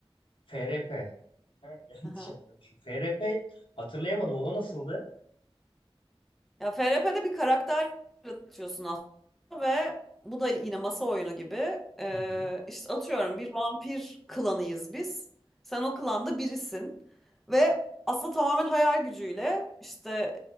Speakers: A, on the left (about 55°); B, in the centre.
A: FRP. Ha, <laughs> yanlış
B: Aha.
A: anlamışım. FRP hatırlayamadım. Ona nasıldı?
B: Ya FRP'de bir karakter yaratıyorsun aslında ve bu da yine masa oyunu gibi. Ee,
A: Hı hı.
B: işte atıyorum bir vampir klanıyız biz. Sen o klanda birisin ve aslında tamamen hayal gücüyle işte